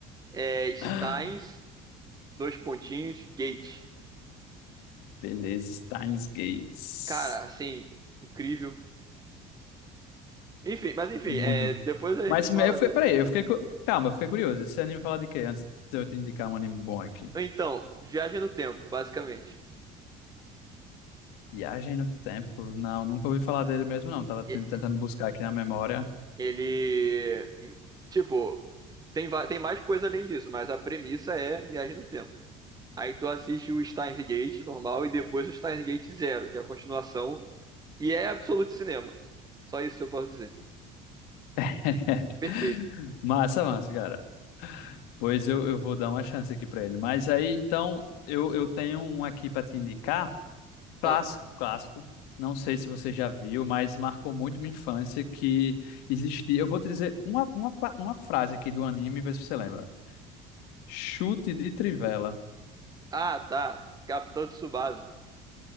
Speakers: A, on the right (about 25°); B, on the left (about 80°).
A: é Steins,
B: <laughs>
A: dois pontinhos, Gate.
B: Beleza, Steins Gates.
A: Cara, assim, incrível. Enfim, mas enfim,
B: Muito.
A: é, depois a gente
B: Mas me-
A: fala
B: eu fiquei,
A: dele.
B: peraí, eu fiquei. cu- Calma, eu fiquei curioso. Esse anime fala de quê? Antes de eu te indicar um anime bom aqui.
A: Então, Viagem no Tempo, basicamente.
B: Viagem no Tempo? Não, nunca ouvi falar dele mesmo, não. Tava ten-
A: E-
B: tentando buscar aqui na memória.
A: Ele. Tipo, tem, va- tem mais coisa além disso, mas a premissa é Viagem no Tempo. Aí tu assiste o Steins Gate normal e depois o Steins Gate Zero, que é a continuação. E é absoluto cinema. Só isso que eu posso dizer.
B: <laughs>
A: Perfeito.
B: Massa, massa, cara. Pois eu, eu vou dar uma chance aqui pra ele. Mas aí, então, eu, eu tenho um aqui pra te indicar. Clássico,
A: Ah,
B: clássico. Não sei se você já viu, mas marcou muito minha infância que existia. Eu vou te dizer uma, uma, pa- uma frase aqui do anime, ver se você lembra. Chute de trivela.
A: ah, tá. Capitão Tsubasa.